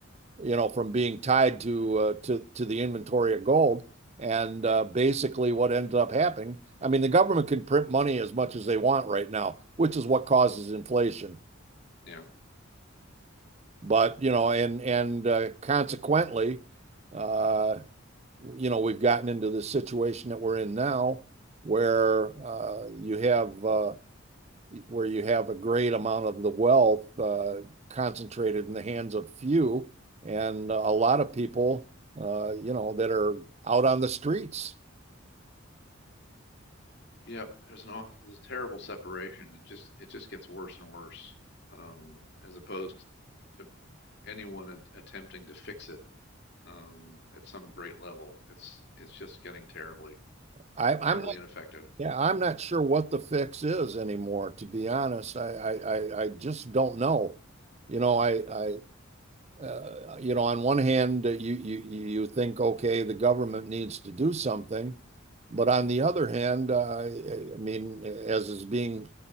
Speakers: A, on the right; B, on the left.
A: you know from being tied to uh, to to the inventory of gold. And uh, basically what ended up happening, I mean, the government can print money as much as they want right now, which is what causes inflation.
B: Yeah.
A: But, you know, and and uh, consequently, uh, you know, we've gotten into the situation that we're in now where uh, you have uh, where you have a great amount of the wealth uh, concentrated in the hands of few and a lot of people uh, you know that are out on the streets.
B: Yep. There's an aw- there's a terrible separation. It just it just gets worse and worse, um, as opposed to, to anyone at, attempting to fix it um, at some great level. It's it's just getting terribly
A: I, I'm
B: terribly
A: not
B: ineffective.
A: yeah, I'm not sure what the fix is anymore, to be honest. I I, I, I just don't know. You know, I, I uh, you know, on one hand, uh, you you you think, okay, the government needs to do something. But on the other hand, uh, I mean, as is being,